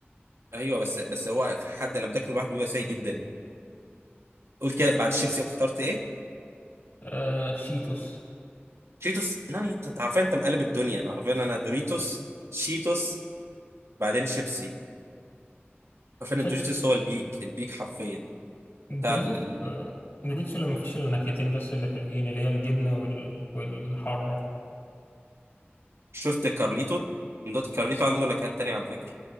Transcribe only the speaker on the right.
ايوه بس بس هو في حد لما تاكله لوحده بيبقى سيء جدا قلت كده بعد الشيبسي اخترت ايه
شيتوس لا انت عارفين انت مقلب الدنيا انا عارفين انا دوريتوس شيتوس بعدين شيبسي عارفين
الدوريتوس هو البيك البيك حرفيا
بتاع ال... ال-
شفت كارليتو من دوت كارليتو عنده نكهات تانية على فكره